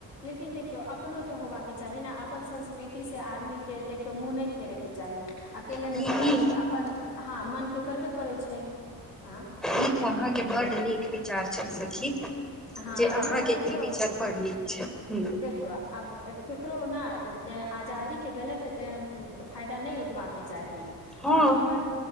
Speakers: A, on the left; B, in the centre.
A: लेकिन देखियौ अपनो तऽ होबाक के च तहिना अपन संस्कृति से आदमी के देखियौ मुँह नहि फेरै के चाही अकेले
B: ई
A: में तऽ
B: ई
A: आदमी अपन हँ मनके करबे करै छै आँ
B: ई तो अहाँ के बड्ड नीक विचार छल सखी
A: हँ
B: जे अहाँके
A: नै अ देखियौ
B: ई विचार बड़ नीक छै हूँ
A: देखियौ आब केकरो ने आजादी के गलत फायदा नहि उठबा के चाही
B: हँ
A: आब हमर